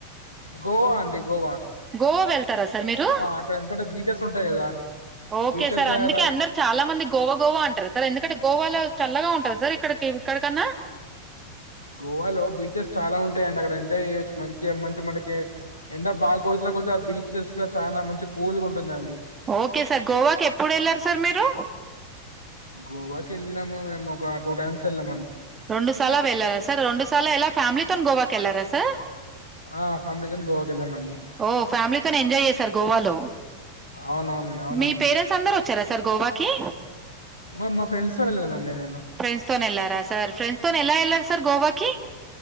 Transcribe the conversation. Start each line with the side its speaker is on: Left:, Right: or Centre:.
Left: గోవా అండి గోవా
Right: గోవా వెళ్తారా సార్ మీరు
Left: అక్కడ ఎందుకంటే బీచ్ స్ ఉంటాయి కదా
Right: ఓకే
Left: బీచెస్
Right: సార్
Left: దగ్గర
Right: అందుకే అందరు చాలా మంది గోవా గోవా అంటారు సార్ ఎందుకంటే గోవాలో చల్లగా ఉంటదా సార్ ఇక్కడి కన్నా
Left: గోవాలో బీచెస్ చాలా ఉంటాయంండి అక్కడ ఎంజాయ్ చెయొచ్చు మంచిగా మనకి ఎ బాగా ఎండాకొడితే ఆ బీచెస్ లో చాలా మంచిగా కూల్గా ఉంటుందండి
Right: ఓకే సార్ గోవాకి ఎప్పుడు వెళ్లారు సార్ మీరు
Left: గోవాకి వెళ్ళినాము మేము ఒక టూ టైమ్స్ వెళ్ళామండి
Right: రెండు సార్లా వెళ్లారా సార్ రెండు సార్ల ఎలా ఫ్యామిలీతోని గోవాకి వెళ్లారా సార్
Left: ఆ ఫ్యామిలీతోని గోవాకి వెళ్ళామండి
Right: ఓ ఫ్యామిలీతో ఎంజాయ్ చేసారు గోవాలో
Left: అవునవునండి అవునండి
Right: మీ పేరెంట్స్ అందరు వచ్చారా సార్ గోవాకి
Left: మా మా ఫ్రెండ్స్ తో వెళ్ళానండి నేను
Right: ఫ్రెండ్ తోనే వెల్లారా సార్ ఫ్రెండ్స్ తో ఎలా వెళ్లార్ సార్ గోవాకిి